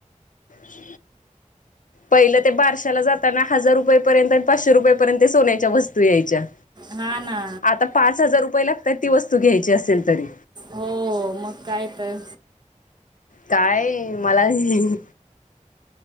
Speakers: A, on the left (about 80°); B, on the right (about 35°).
A: ज पहिलं ते बारशाला जाताना हजार रुपयेपर्यंत आणि पाचशे रुपयेपर्यंत सोन्याच्या वस्तू यायच्या.
B: हा ना.
A: आता पाच हजार रुपये लागतात ती वस्तू घ्यायची असेल तरी.
B: हो मग काय तर.
A: काय मला -माझ-